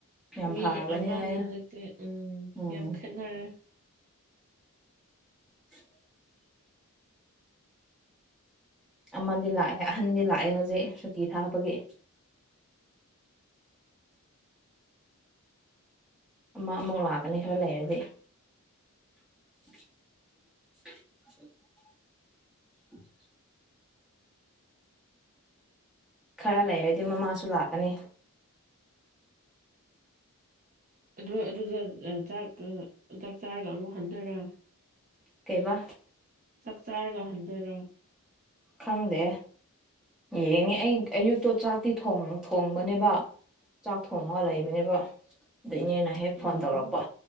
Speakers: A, in the centre; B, on the right (about 35°).
A: ꯌꯥꯝ
B: ꯃꯤ
A: ꯐꯔꯕꯅꯤ
B: ꯑꯃꯅꯦ
A: ꯍꯥꯏꯌꯨ
B: ꯍꯧꯖꯤꯛꯇꯤ ꯎꯝ
A: ꯎꯝ
B: ꯌꯥꯝ ꯈꯦꯠꯅꯔꯦ
A: <unintelligible> ꯑꯃꯗꯤ ꯂꯥꯛꯑꯦ ꯑꯍꯟꯗꯤ ꯂꯥꯛꯑꯦ ꯍꯧꯖꯤꯛ ꯁꯨꯇꯤ ꯊꯥꯕꯒꯤ ꯑꯃ ꯑꯃꯨꯛ ꯂꯥꯛꯀꯅꯤ ꯈꯔ ꯂꯩꯔꯗꯤ <inaudible> <unintelligible> <inaudible> ꯈꯔ ꯂꯩꯔꯗꯤ ꯃꯃꯥꯁꯨ ꯂꯥꯛꯀꯅꯤ
B: ꯑꯗꯣ ꯑꯗꯨꯗ ꯑ ꯆꯥꯛ ꯑ ꯆꯥꯛ ꯆꯥꯔꯒ ꯑꯃꯨꯛ ꯍꯟꯗꯨꯏꯔꯥ
A: ꯀꯩꯕꯥ
B: ꯆꯥꯛ ꯆꯥꯔꯒ ꯍꯟꯗꯣꯏꯔꯣ
A: ꯈꯪꯗꯦ ꯌꯦꯡꯉꯦ ꯑꯩ ꯑꯌꯨꯛꯇꯣ ꯆꯥꯛꯇꯤ ꯊꯣꯡ ꯊꯣꯡꯕꯅꯦꯕ ꯆꯥꯛ ꯊꯣꯡꯉ ꯂꯩꯕꯅꯦꯕ ꯑꯗ ꯏꯅꯦꯅ ꯍꯦꯛ
B: ꯎꯝ
A: ꯐꯣꯟ ꯇꯧꯔꯛꯄ